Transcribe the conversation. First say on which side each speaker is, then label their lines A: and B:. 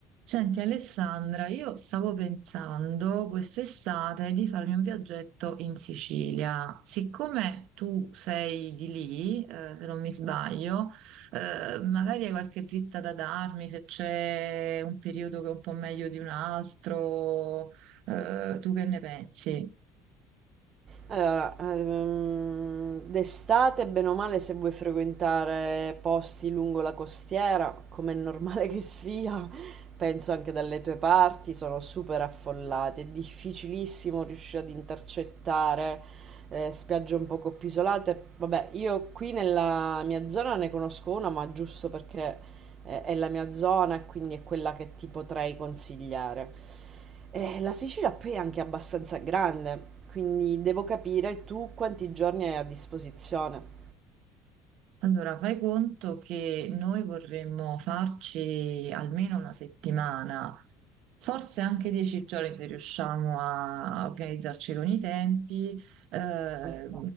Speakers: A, on the right; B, on the right.
A: Senti Alessandra, io stavo pensando quest'estate di farmi un viaggetto in Sicilia. Siccome tu sei di lì, eh, se non mi sbaglio, eh, magari hai qualche dritta da darmi se c'è un periodo che è un po' meglio di un altro, eh, tu che ne pensi?
B: Allora, ehm, d'estate, bene o male, se vuoi frequentare posti lungo la costiera, come è normale che sia, penso anche dalle tue parti, sono super affollate. È difficilissimo riuscire ad intercettare eh, spiagge un poco più isolate. Vabbè, io qui nella mia zona ne conosco una, ma giusto perché eh, è la mia zona e quindi è quella che ti potrei consigliare. Eh, la Sicilia poi è anche abbastanza grande, quindi devo capire tu quanti giorni hai a disposizione.
A: Allora, fai conto che noi vorremmo farci almeno una settimana, forse anche dieci giorni se riusciamo a organizzarci con i tempi, Eh,
B: Ok.